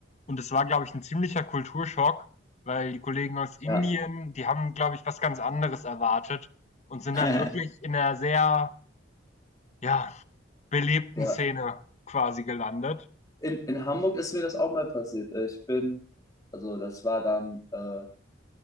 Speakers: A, on the left; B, on the left.
A: und es war, glaube ich, ein ziemlicher Kulturschock, weil die Kollegen aus Indien,
B: ja.
A: die haben, glaube ich, was ganz anderes erwartet und sind
B: <laughs>
A: dann wirklich in einer sehr, ja, belebten
B: Ja.
A: Szene quasi gelandet.
B: In, in Hamburg ist mir das auch mal passiert. Äh, Ich bin, also das war dann äh,